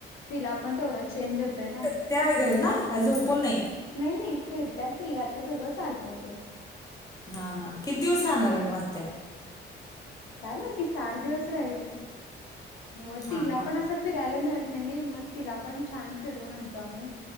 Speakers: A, on the left (about 85°); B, on the left (about 20°).
A: तिला पण तेवढा चेंज होतोय ना.
B: त्या वगैरे ना काय झोपूण नाही.
A: नाही नाही फिरत्या की आता सगळं चालत्या तेन.
B: हा हा किती दिवस राहणार आहे मग आत्या?
A: काय माहिती चार दिवस राहील मग तिला
B: हा हा
A: पण असं फिरायला मिळत नाही नाही मग तिला पण छान फिरून आणतो आम्ही.